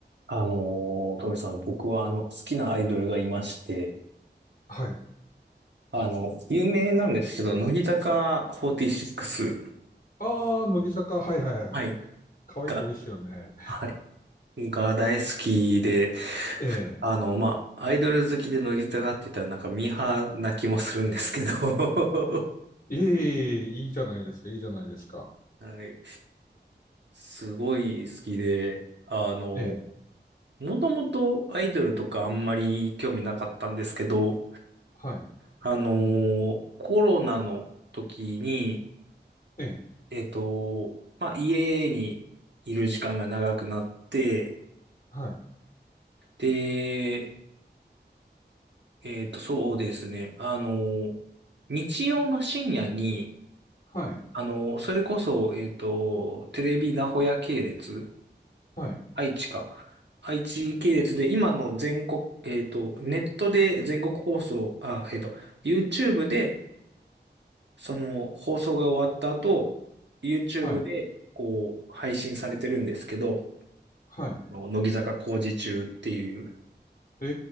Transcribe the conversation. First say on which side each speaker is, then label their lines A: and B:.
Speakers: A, on the right (about 75°); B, on the left (about 50°).
A: あのー、トミさん、僕はあの、好きなアイドルがいまして、
B: はい。
A: あの、有名なんですけど、乃木坂46、
B: ああ、乃木坂、はいはいはい。
A: はい、
B: 可愛い子多いっすよね。
A: が、はい、が大好きで、
B: ええ。
A: あの、まあ、アイドル好きで乃木坂って言ったらなんかミーハーな気もするんですけど、<laughs>
B: いえいえ、いいじゃないですか、いいじゃないですか。
A: はい、すごい好きで、あの、
B: ええ、
A: もともとアイドルとかあんまり興味なかったんですけど、
B: はい、
A: あのーコロナの時に、
B: ええ、
A: えっと、まあ、家にいる時間が長くなって、
B: はい、
A: で、えっと、そうですね。あの、日曜の深夜に、
B: はい、
A: あの、それこそ、えっと、テレビ名古屋系列、
B: はい、
A: 愛知か。愛知系列で、今の全国、えっと、ネットで全国放送、あ、えっと、YouTube で、その、放送が終わった後、YouTube
B: はい、
A: で、こう、配信されてるんですけど、
B: はい、
A: の乃木坂工事中っていう
B: え